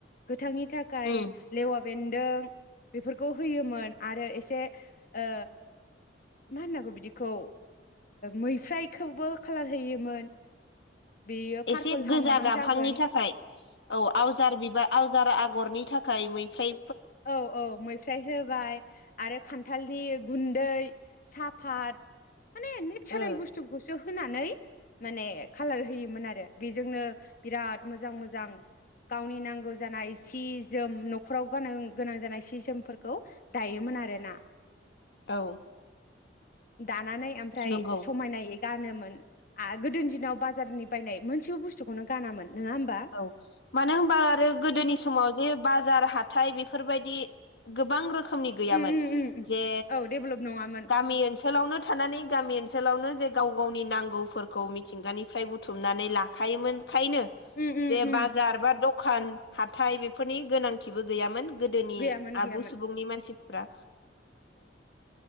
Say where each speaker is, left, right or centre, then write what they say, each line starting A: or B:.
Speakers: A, on the left; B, on the left.
A: गोथांनि थाखाय
B: उम
A: लेवा बेदों बेफोरखौ होयोमोन आरो एसे ओ मा होनांगौ बिदिखौ मैफ्रायखौबो खालार होयोमोन बेयो
B: एसे
A: पारपोल
B: गोजा
A: हां माहां
B: गाबहांनि
A: जागोन
B: थाखाय औ आवजार बिबार आवजारा आग आगरनि थाखाय मैफ्राय
A: औ औ मैफ्राय होबाय आरो खान्थालनि गुन्दै साफात माने नेचारेल
B: ओ
A: बस्थु ब <unintelligible> होनानै माने कालार होयोमोन आरो बेजोंनो बिराद मोजां मोजां गावनि नांगौ जानाय सि जोम न'खराव गान गोनां जानाय सि जोमफोरखौ दायोमोन आरोना
B: औ
A: दानानै ओमफ्राय
B: नंगौ
A: समायनाय गानोमोन गोदोनि दिनाव बाजारनि बायनाय मोनसेबो बुस्थुखौनो गानामोन नङा होमबा
B: औ मानो होनबा आरो गोदोनि समाव जे बाजार हाथाय बेफोरबायदि <unintelligible> गोबां रोखोम नि गैयामोन
A: उम उम उम
B: जे
A: औ डेभेलप नङामोन
B: गामि ओनोलावनो थानानै गामि ओनसोलावनो जे गाव गावनि नांगौफोरखौ मिथिंगानिफ्राय बुथुमनानै लाखायोमोन खायनो
A: उम उम उम
B: बाजार बा दखान हाथाय बेफोरनि गोनांथिबो गैयामोन गोदोनि
A: गैयामोन
B: आगु
A: गैयामोन
B: सुबुंनि मानसि <unintelligible> फ्रा